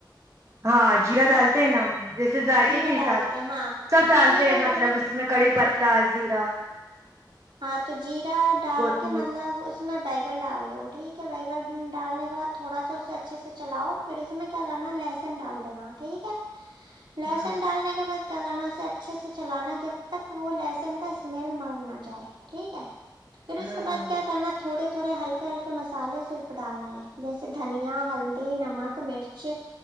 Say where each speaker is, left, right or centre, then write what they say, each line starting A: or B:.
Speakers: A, on the right (about 40°); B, on the right (about 80°).
A: ہاں جیرہ
B: ہاں
A: ڈالتے ہیں نا وہ جیسے ذائقے
B: جیرا
A: کے حساب
B: ڈالتے ہیں, ہاں
A: سب
B: تو
A: ڈالتے
B: اس میں کیا
A: ہیں مطلب
B: کرنا ہے
A: اس میں کڑی پتا
B: جی جی
A: زیرا
B: ہاں تو جی ڈال
A: کوتمیر
B: کے مطلب اس میں بگن ڈال تو ٹھیک ہے بگن ڈالنے کے بعد تھوڑا سا اسے اچھے سے چلاؤ پھر اس میں کیا کرنا لہسن ڈال دینا ٹھیک ہے لہسن
A: ہاں
B: ڈالنے کے بعد کیا کرنا اسے اچھے سے چلانا جب تک وہ لہسن کا اسمیل مار نہ جائے ٹھیک ہے پھر
A: ہاں
B: اس کے بعد کیا کرنا تھوڑے تھوڑے ہلکے ہلکے مسالے صرف ڈالنے ہیں جیسے دھنیا ہلدی نمک مرچ